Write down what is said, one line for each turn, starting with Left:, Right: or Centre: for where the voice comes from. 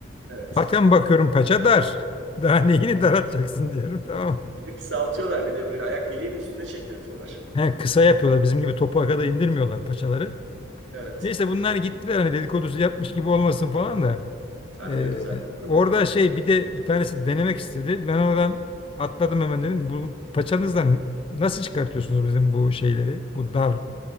Right: Evet.
Left: Zaten bakıyorum paça dar. <laughs> Daha neyini daraltacaksın diyorum tamam mı?
Right: Bir de kısaltıyorlar. Bir de böyle ayak bileğin üstüne çektirtiyorlar.
Left: He, kısa yapıyorlar. Bizim gibi topuğa kadar indirmiyorlar paçaları.
Right: Evet.
Left: Neyse bunlar gittiler hani dedikodusu yapmış gibi olmasın falan da.
Right: Tanımıyoruz
Left: Ee,
Right: zaten. Problem
Left: orada
Right: değil.
Left: şey bir de bir tanesi denemek istedi. Ben oradan atladım hemen dedim. Bu paçanızdan nasıl çıkartıyorsunuz bizim bu şeyleri? Bu dar